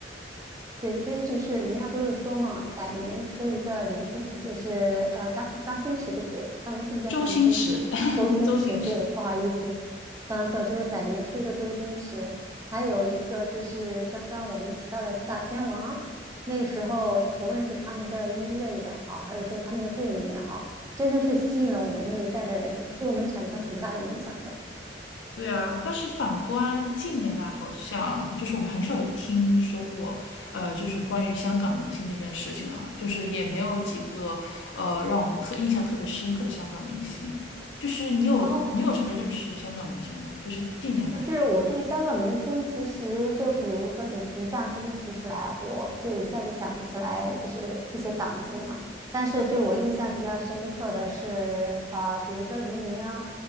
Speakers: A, on the right; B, on the left.
A: 对，所以就是人家不是说嘛，百年出一个林心，就是呃张张新驰，对不对？刚刚是不是叫张新驰？
B: 周星驰，<laughs>
A: 周星驰，
B: 周星驰，
A: 对，不好意思，刚错，就是百年出一个周星驰，还有一个就是刚刚我们提到的四大天王，那个时候无论是他们的音乐也好，还是说他们的电影也好，真的是吸引了我们那一代的人，对我们产生很大的影响的。
B: 对啊，但是反观近年来，好像就是我们很少有听说过，呃，就是关于香港明星那边的事情了，就是也没有几个，呃，让我们特印象特别深刻的香港明星。就是你有你有什么认识的香港明星吗？
A: 哦，
B: 就是近年来的，
A: 就是我对香港明星，其实就比如说你你这样子一提起来，我就一下子想不起来，就是一些港星了。但是对我印象比较深刻的是，呃，比如说黎明啊，